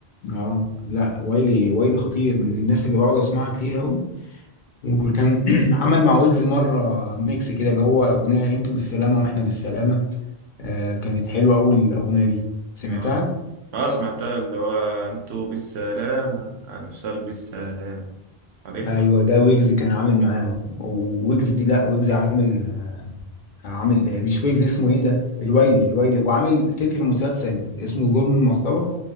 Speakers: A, on the left; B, on the right.
A: اه لا وايلي وايلي خطير من الناس اللي بقعد اسمعها كتير قوي وكان <clears throat> عمل مع ويجز مره ميكس كده اللي هو اغنيه انتوا بالسلامه واحنا بالسلامه آه كانت حلوه قوي الاغنيه دي سمعتها
B: اه اه سمعتها اللي هو انتوا بالسلامة انا وصل بالسلامة عارفها
A: ايوه ده ويجز كان عامل معاه وويجز لا ويجز عامل عامل آه، مش ويجز اسمه ايه ده الويلي الويلي وعامل تتر مسلسل اسمه ظلم المصطبة